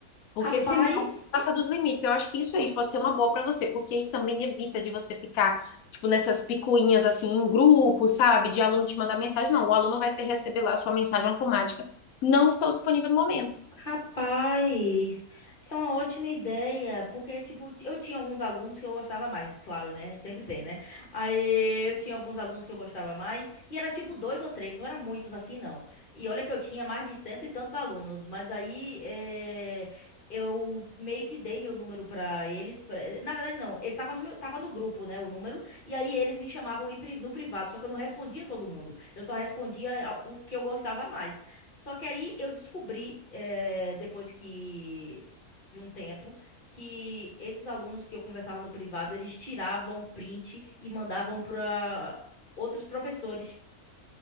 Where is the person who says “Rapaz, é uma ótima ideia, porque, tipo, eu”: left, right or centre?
Left